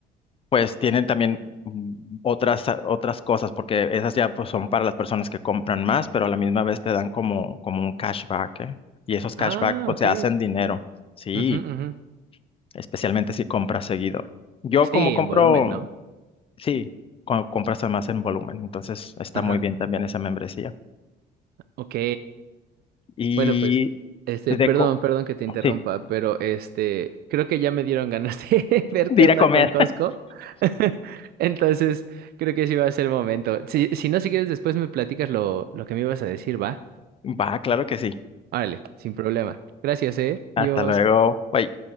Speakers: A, on the left (about 35°); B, on the right (about 65°).
A: pues tienen también mm, otras, ah, otras cosas, porque esas ya pues son para las personas que compran más, pero a la misma vez te dan como, como un cashback, ¿eh? Y esos
B: Ah,
A: cashbacks pues
B: ok.
A: se hacen dinero. Sí.
B: Ujú, ujú.
A: especialmente si compras seguido. Yo
B: Sí,
A: como compro,
B: en volumen, ¿no?
A: sí, co- compras además en volumen, entonces está
B: Ajá.
A: muy bien también esa membresía.
B: Ok.
A: Y
B: Bueno, pues, este,
A: de
B: perdón,
A: co
B: perdón que te interrumpa,
A: sí,
B: pero este, creo que ya me dieron ganas de <laughs> ver
A: de
B: qué
A: ir
B: onda
A: a comer.
B: con Costco. <laughs> Entonces, creo que sí va a ser el momento. Si, si no, si quieres, después me platicas lo, lo que me ibas a decir, ¿va?
A: <laughs> Va, claro que sí.
B: Órale, sin problema. Gracias, eh. Dios.
A: Hasta luego. Bye.